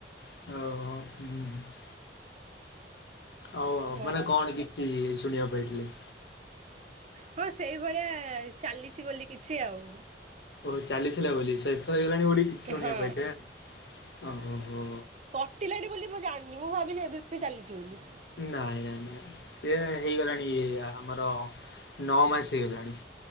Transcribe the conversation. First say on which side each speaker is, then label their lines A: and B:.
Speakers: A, on the left; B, on the right.
A: ଓହୋ ଉଁ ହୁଁ। ଆଉ
B: ହଁ
A: ମାନେ କଣ କିଛି ଶୁଣିବାକୁ ପାଇଥିଲେ?
B: ହଁ ସେଇଭଳିଆ ଚାଲିଚି ବୋଲି କିଛି ଆଉ।
A: ଓହୋ ଚାଲିଥିଲା ବୋଲି ଶେଷ ହେଇଗଲାଣି ବୋଲି କିଛି ଶୁଣିବାକୁ
B: ହଁ
A: ପାଇଥିବେ <unintelligible> ଓହୋ ହୋ।
B: ପିଲାଟି ବୋଲି ମୁଁ ଜାଣିନି ମୁଁ ଭାବିଲି ଏବେ ବି ଚାଲିଚି ବୋଲି।
A: ନାଇଁ ନାଇଁ ନାଇଁ ସିଏ ହେଇଗଲାଣି ଇଏ ଆମର ନଅ ମାସ ହେଇଗଲାଣି।